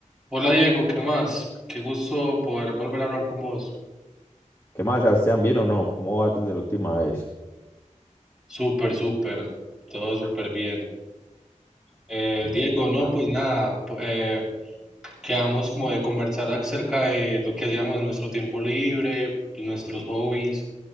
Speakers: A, in the centre; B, on the left (about 20°).
A: Hola Diego, ¿qué más? Qué gusto poder volver a hablar con vos.
B: ¿Qué más, Sebastián? ¿Bien o no? ¿Cómo vas desde la última vez?
A: Súper, súper, todo súper bien. Eh,
B: Me
A: Diego,
B: alegra
A: no,
B: bastante.
A: pues nada, po- eh, quedamos como de conversar acerca de lo que hacíamos en nuestro tiempo libre, y nuestros hobbies.